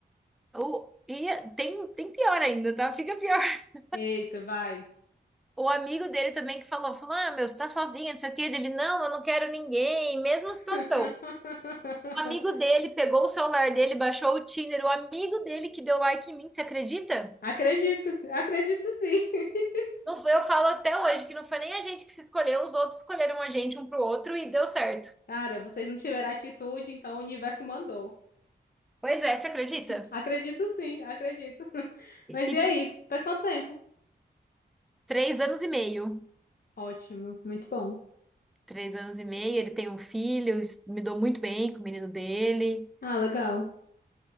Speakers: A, in the centre; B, on the left.
A: o, e tem, tem pior ainda, tá? Fica pior. <laughs>
B: Eita, vai.
A: O amigo dele também que falou, falou: "Ah, meu, você tá sozinha, não sei o quê". Ele: "Não, eu não quero ninguém". Mesma situação.
B: <laughs>
A: O amigo dele pegou o celular dele, baixou o Tinder, o amigo dele que deu like em mim, você acredita?
B: Acredito, acredito sim. <laughs>
A: Não foi, eu falo até hoje que não foi nem a gente que se escolheu, os outros escolheram a gente um pro outro e deu certo.
B: Cara, vocês não tiveram atitude, então o universo mandou.
A: Pois é, você acredita?
B: Acredito sim, acredito. <laughs> Mas
A: E,
B: e
A: e
B: aí?
A: tipo,
B: Faz quanto tempo?
A: três anos e meio.
B: Ótimo, muito bom.
A: três anos e meio, ele tem um filho, es- me dou muito bem com o menino dele.
B: Ah, legal.